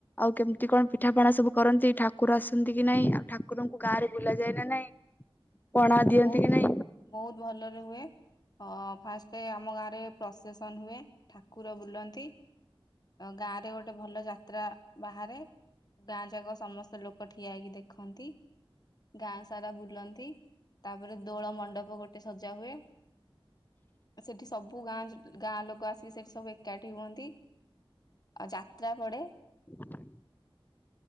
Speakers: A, on the left; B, on the left.
A: ଆଉ କେମିତି କଣ ପିଠାପଣା ସବୁ କରନ୍ତି ଠାକୁର ଆସନ୍ତି କି ନାଇଁ ଆଉ ଠାକୁରଙ୍କୁ ଗାଁ ରେ ବୁଲା ଯାଏ ନା ନାଇଁ। ପଣା ଦିଅନ୍ତି
B: ବହୁତ
A: କି ନାଇଁ।
B: ବହୁତ ଭଲରେ ହୁଏ ଅ ଫାଷ୍ଟ ଆମ ଗାଁ ରେ ପ୍ରସେସ ସନ ହୁଏ ଠାକୁର ବୁଲନ୍ତି। ଗାଁ ରେ ଗୋଟେ ଭଲ ଯାତ୍ରା ବାହାରେ ଗାଁ ଯାକ ସମସ୍ତ ଲୋକ ଠିଆ ହେଇକି ଦେଖନ୍ତି। ଗାଁ ସାରା ବୁଲନ୍ତି। ତାପରେ ଦୋଳ ମଣ୍ଡପ ଗୋଟେ ସଜା ହୁଏ। ସେଠି ସବୁ ଗାଁ ଲୋ ଗାଁ ଲୋକ ଆସ ସେଠି ସବୁ ଏକାଠି ହୁଅନ୍ତି। ଆଉ ଯାତ୍ରା ପଡେ
A: <inaudible>